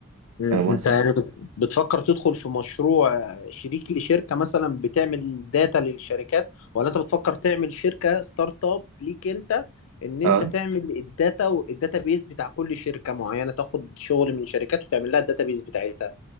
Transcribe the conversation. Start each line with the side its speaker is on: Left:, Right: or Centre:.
Left: مم.
Right: فاهم قصدي؟
Left: انت يعني بت- بتفكر تدخل في مشروع شريك لشركة مثلا بتعمل داتا للشركات ولا انت بتفكر تعمل شركة ستارت اب ليك انت ان انت
Right: أه
Left: تعمل الداتا والداتا بيز بتاع كل شركة معينة تاخد شغل من شركات وتعمل لها الداتا بيز بتاعتها